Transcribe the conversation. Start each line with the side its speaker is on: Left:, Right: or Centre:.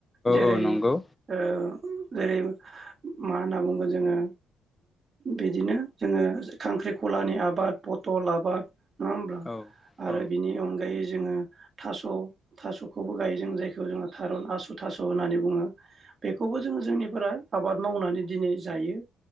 Right: जेरै
Left: औ नंगौ
Right: ओ जेरै मा होनना बुंगोन जोङो। बिदिनो जोङो खांख्रिखलानि आबाद पथल आबाद नङा होमब्ला
Left: औ
Right: आरो
Left: औ
Right: बिनि अनगायै जोङो थास' थास'खौबो गायो जों जायखौ जोङो थारुन आसु थास' होननानै बुङो। बेखौबो जोङो जोंनिफोरा आबाद मावनानै दिनै जायो।